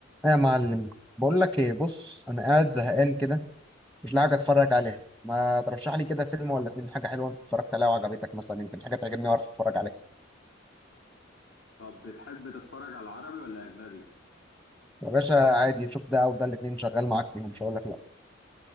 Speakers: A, in the centre; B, on the left (about 55°).
A: ايه يا معلم بقول لك ايه بص انا قاعد زهقان كده مش لاقي حاجه اتفرج عليها ما ترشح لي كده فيلم ولا اتنين حاجه حلوه انت اتفرجت عليها وعجبتك مثلا يمكن حاجه تعجبني واعرف اتفرج عليها
B: طب بتحب تتفرج على العربي ولا أجنبي؟
A: يا باشا عادي شوف ده او ده الاتنين شغال معاك فيهم مش هقول لك لا